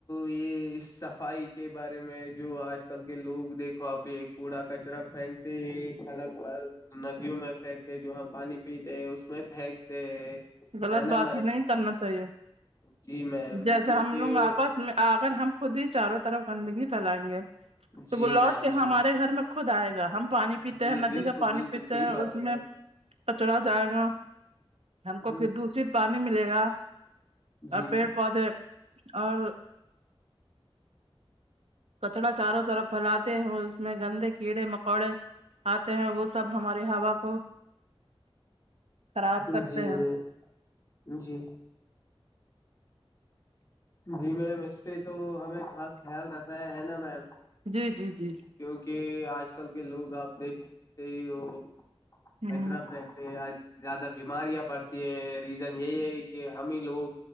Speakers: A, on the left; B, on the right.
A: یہ صفائی کے بارے میں جو آج کل کے لوگ دیکھو آپ یہ کوڑا کچرا پھینکتے سڑک پر ندیوں میں پھینک جو ہاں پانی پیتے اس میں پھینکتے
B: غلط
A: نا
B: بات
A: میم
B: ہے نہیں کرنا چاہیے
A: جی میم
B: جیسے
A: کیونکہ
B: ہم لوگ آپس آگر ہم خود ہی چاروں طرف گندگی پھیلائیں گے تو
A: جی
B: وہ لوٹ
A: میم
B: کے
A: جی
B: ہمارے گھر میں خود آئے گا ہم پانی پیتے
A: جی
B: ہیں ندی
A: بالکل
B: کا پانی
A: بالکل
B: پیتے
A: صحیح
B: ہیں
A: بات
B: اس
A: ہے میم
B: میں کچرا جائے گا ہم کو
A: جی
B: پھر دشت پانی ملے گا
A: جی
B: اور پیڑ پودے اور کچرا چاروں طرف پھیلاتے ہیں اس میں گندے کیڑے مکوڑے آتے ہیں وہ سب ہماری ہوا کو خراب
A: <inaudible>
B: کرتے
A: جی
B: ہیں
A: میں جی جی میم اسٹری تو ہمیں خاص خیال رکھتا ہے ہے نا میم
B: جی جی جی
A: کیوںکہ آج کل کے لوگ آپ دیکھتے ہی ہو
B: ہوں
A: کچرا پھے آج زیادہ بیماریاں بڑتی ہے ریزن یہی ہے کہ ہم ہی لوگ